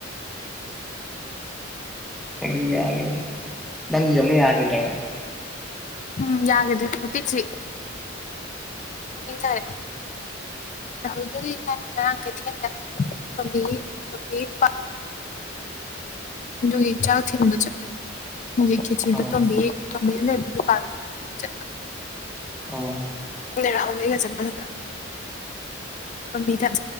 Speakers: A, in the centre; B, on the left.
A: ꯑꯩꯒꯤꯗꯤ ꯌꯥꯈꯤ <unintelligible> ꯅꯪꯒꯤꯁꯨ ꯑꯃ ꯌꯥꯈꯤꯗ꯭ꯔꯕꯅꯦ
B: ꯎꯝ ꯌꯥꯗꯦꯄꯇꯁꯤ꯭ꯔꯤ <unintelligible> <unintelligible> ꯉꯔꯥꯡ ꯀꯩꯊꯦꯟꯗ ꯇꯣꯝꯕꯤꯒꯤ ꯇꯣꯝꯕꯤꯒꯤ <unintelligible> ꯒꯤ ꯆꯥ ꯊꯤ ꯆ ꯃꯨ ꯈꯈꯤꯆꯗ
A: ꯑꯥ
B: ꯇꯝꯕ ꯇꯣꯝꯕꯤꯌꯨꯅꯦ ꯗꯨꯀꯥꯟ ꯆꯠꯄ
A: ꯑ
B: ꯏꯥꯎꯒ ꯆꯠꯄꯗ ꯀꯕꯤꯗꯛ